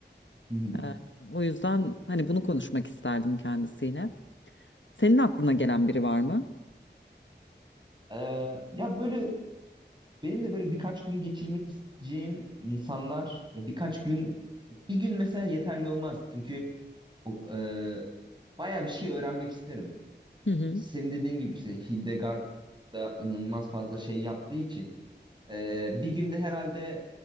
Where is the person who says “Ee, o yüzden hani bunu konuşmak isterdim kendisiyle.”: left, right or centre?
Left